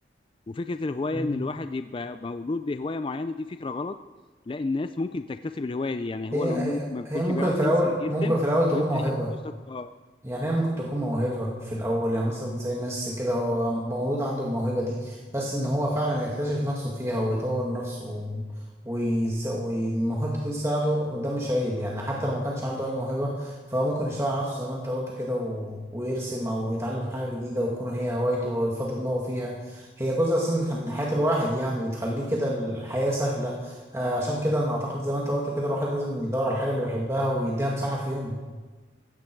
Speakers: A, on the left (about 30°); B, on the right (about 15°).
A: وفكره الهوايه
B: مم.
A: ان الواحد يبقى مولود بهوايه معينه دي فكره غلط لا الناس ممكن تكتسب الهوايه دي يعني
B: هي
A: هو لو
B: هي
A: ممكن ما بيكونش
B: هي ممكن
A: بيعرف
B: في الاول
A: ينس- يرسم
B: ممكن في الاول تكون
A: ويبدا
B: موهبه
A: ياخد كورسات اه
B: يعني هي ممكن تكون موهبة في الأول يعني مثلا زي ميسي كده هو مولود عنده الموهبة دي بس إن هو فعلا يكتشف نفسه فيها ويطور نفسه و- ويس- والموهبة دي تساعده وده مش عيب يعني حتى لو ما كانش عنده أي موهبة فهو ممكن يشتغل على نفسه زي ما أنت قلت كده و... ويرسم أو يتعلم حاجة جديدة وتكون هي هوايته أو يفضي دماغه فيها هي جزء أساسي من من حياة الواحد يعني بتخليه كده الحياة سهلة آه عشان كده أنا أعتقد زي ما أنت قلت كده الواحد لازم يدور على الحاجة اللي بيحبها ويديها مساحة في يومه